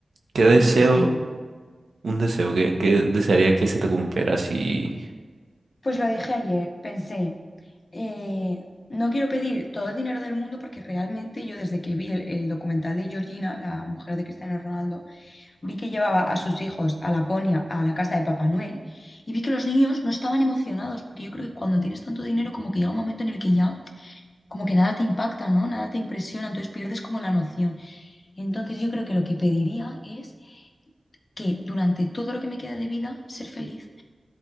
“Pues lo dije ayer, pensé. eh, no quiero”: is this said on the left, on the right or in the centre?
Left